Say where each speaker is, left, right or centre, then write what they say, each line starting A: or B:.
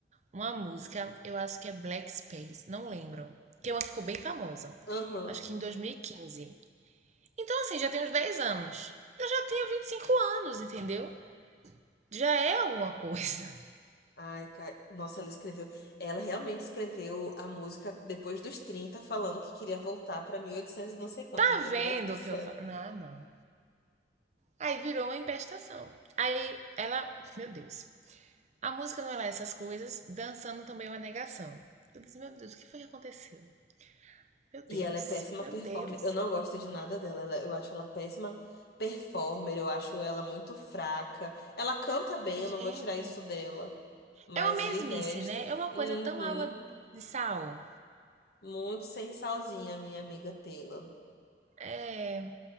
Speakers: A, on the right; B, on the left.
A: uma música, eu acho que é Black Space, não lembro. Que é uma que ficou bem famosa.
B: Aham.
A: Acho que em 2015. Então, assim, já tem uns 10 anos. Eu já tenho 25 anos, entendeu? Já é alguma coisa. <laughs>
B: Ai, cara. Nossa, ela escreveu. Ela realmente escreveu a música depois dos 30 falando que queria voltar pra 1800 e oitocentos e não sei quanto.
A: Tá
B: Meu Deus
A: vendo
B: do céu.
A: o que eu falo? Ah, não. Aí virou uma empestação. Aí ela. Meu Deus. A música não é lá essas coisas, dançando também é uma negação. Eu disse, meu Deus, o que foi que aconteceu? Meu Deus,
B: E ela é péssima
A: meu
B: performer.
A: Deus.
B: Eu não gosto de nada dela. Ela- eu acho ela péssima performer. Eu acho ela muito fraca. Ela canta bem, eu
A: Gente,
B: não vou tirar isso dela. Mas
A: é uma mesmice,
B: de resto,
A: né? É uma
B: uhum,
A: coisa tão água de sal.
B: muito sem salzinha, minha amiga Taylor.
A: É,